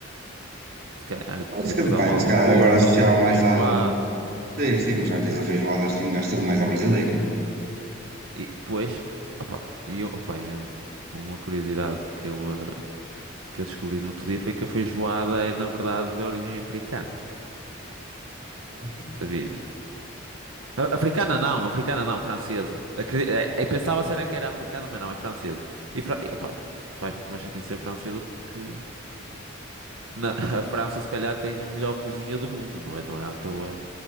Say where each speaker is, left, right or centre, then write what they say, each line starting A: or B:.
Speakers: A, on the right (about 85°); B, on the right (about 45°).
A: se calhar
B: Pode
A: tripas
B: ser que depende,
A: à moda
B: se
A: do
B: calhar
A: Porto,
B: agora associava
A: ali uma feijoada.
B: mais à. Sim, sim, mas também tens a feijoada assim, ao estilo mais ao brasileiro.
A: E depois, opá, e eu, opá, eu- uma curiosidade que eu, ah, que eu descobri no outro dia foi que a feijoada é, na verdade, de origem africana.
B: Não,
A: Sabias? A- Africana não, africana não, francesa. Acre- é- Eu pensava se era que era africana, mas não, é francesa. E fra- e, faz muito mais sentido ser francesa porque na- <laughs> a França se calhar tem a melhor cozinha do mundo, não é? Não é à toa